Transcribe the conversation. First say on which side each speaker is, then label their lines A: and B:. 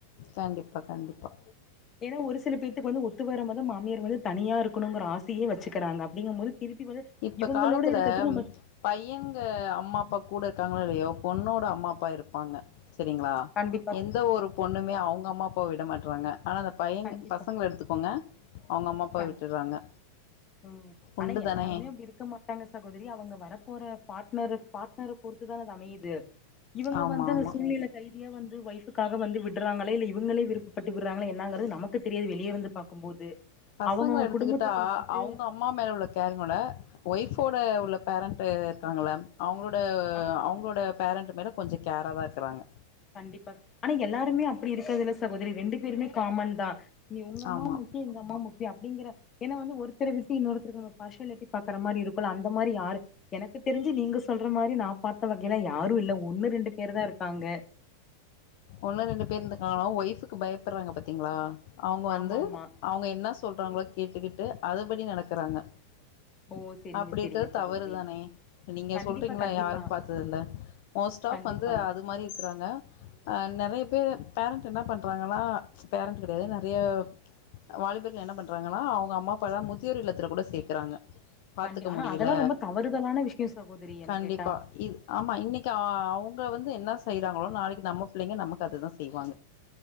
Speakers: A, on the left; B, on the left.
A: கண்டிப்பா கண்டிப்பா
B: ஏன்னா ஒரு சில பேத்துக்கு வந்து ஒத்து வரும்பத மாமியார் வந்து தனியா இருக்கணுங்கிற ஆசையே வச்சுக்கிறாங்க அப்படிங்கும் போது திருப்பி வந்து
A: இப்ப
B: இவங்களோட
A: காலத்துல
B: இருக்கிறதுக்கு நம்ம
A: பையங்க அம்மா அப்பா கூட இருக்காங்களா இல்லையோ பொண்ணோட அம்மா அப்பா இருப்பாங்க சரிங்களா
B: கண்டிப்பா
A: எந்த ஒரு பொண்ணுமே அவங்க அம்மா அப்ப விட மாடறாங்க ஆனால் அந்த பையன்
B: கண்டிப்பா
A: பசங்களை எடுத்துக்கோங்க அவங்க அம்மா அப்பாவ
B: கண்
A: விட்டுறாங்க
B: ம்
A: உண்டு
B: ஆனா எல்லாருமே
A: தானே
B: இருக்க மாட்டாங்க சகோதரி அவங்க வரப்போற பார்ட்னரு பார்ட்னரை பொறுத்துதான் அது அமையுது இவங்க
A: ஆமா
B: வந்து அந்த
A: ஆமா
B: சூழ்நிலை கைதியா வந்து வய க்காக வந்து விடுறாங்களே இல்ல இவங்களே விருப்பட்டு விடுறாங்களே என்னங்கிறது நமக்கு தெரியது வெளியே வந்து பாக்கும்போது
A: பசங்களை
B: அவங்கவுங்க
A: எடுத்துகிட்ட
B: குடும்பத்துக்குள்ள வந்து
A: அவங்க அம்மா மேல உள்ள காறிங்களை ஒய்ஃபோட உள்ள பேரண்ட் இருக்காங்கள அவங்களோட
B: ஆ
A: அவங்களோட பேரண்ட் மேல கொஞ்சம் கேராக தான் இருக்கிறாங்க
B: கண்டிப்பா ஆனா எல்லாருமே அப்படி இருக்கது இல்ல சகோதரி ரெண்டு பேருமே காமன் தான் நீ உங்க அம்மா
A: ஆமா
B: முக்கியி எங்க அம்மா முக்கிய அப்படிங்கிற என்ன வந்து ஒருத்தரை விட்டு இன்னொருத்தருக்கு பார்ட்டியாலிட்டி பாக்குற மாதிரி இருக்கும் அந்த மாதிரி யா எனக்கு தெரிஞ்ச நீங்க சொல்ற மாதிரி நான் பாத்த வகையில யாரும் இல்ல ஒண்ணு ரெண்டு பேரு தான் இருக்காங்க
A: ஒண்ணும் ரெண்டு பேர் இருந்து காணும் ஒய்ஃபுக்கு பயப்படுறாங்க பாத்தீங்களா அவங்க
B: ஆமா
A: வந்து
B: ஆமா
A: அவங்க என்ன சொல்றாங்களோ கேட்டுக்கிட்டு அதுபடி நடக்கறாங்க
B: ஓ செரிங்க
A: அப்படி
B: செரிங்க
A: இருக்கிறது
B: சகோதரி
A: தவறுதானே நீங்க
B: கண்டிப்பா
A: சொல்றீங்களா
B: கண்டிப்பா
A: யாரும் பாத்தத இல்ல மோஸ்ட் ஆப்
B: கண்டிப்பா
A: வந்து அது மாதிரி இருக்கறாங்க அ நிறைய பேர் பேரண்ட் என்ன பண்றாங்கன்னா பேரண்ட் கிடையாது நெறைய வாலிபர்கள் என்ன பண்றாங்கன்னா அவுங்க அம்மா அப்பா எலா முதியோர் இல்லத்துல கூட சேக்குறாங்க பாத்துக்க
B: கண்டி ஆனா
A: முடியல
B: அதெல்லா ரொம்ப தவறுதலான விஷயோ சகோதரி என்ன
A: கண்டிப்பா
B: கேட்டா
A: இது ஆமா இன்னைக்கு அவுங் க வந்து என்ன செய்யறாங்களோ நாளைக்கு நம்ம புள்ளைங்க நமக்கு அதுதான் செய்வாங்க